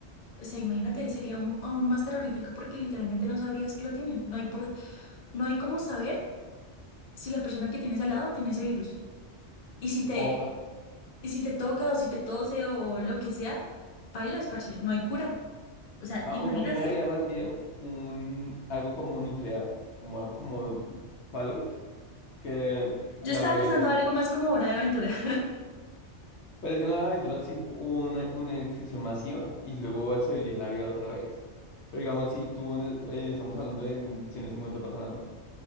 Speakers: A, on the left; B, on the left.
A: O sea, imagínate, sería aún aún más terrorífico porque literalmente no sabrías que lo tiene. No hay por, no hay cómo saber si la persona que tienes al lado tiene ese virus. Y si te,
B: O, a-
A: y si te toca o si te tose o lo que sea, pailas, parce, no hay cura. O sea,
B: a-
A: imagínate,
B: aunque a mí me daría más miedo un, algo como nuclear, como algo como Fallout, que
A: yo
B: la
A: estaba
B: radiación.
A: pensando algo más como hora de aventura. <laughs>
B: Pero es que no, la aventura sí hu- hubo una, una extinción masiva y luego se dio la vida otra vez. Pero digamos, si tú, en el- eh, estamos hablando de en- si en este momento pasara, ¿no?